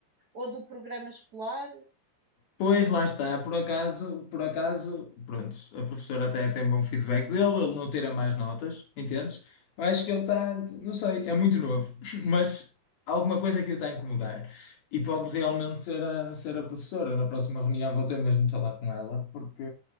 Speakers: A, on the right; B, on the left.
A: ou do programa escolar.
B: Pois lá está, por acaso, por acaso, pronto, a professora até tem bom feedback dele, ele não tira mais notas, entendes? Eu acho que ele está, não sei, é muito novo, <laughs> mas alguma coisa que o está a incomodar. E pode realmente ser a, ser a professora. Na próxima reunião vou ter mesmo de falar com ela, porque,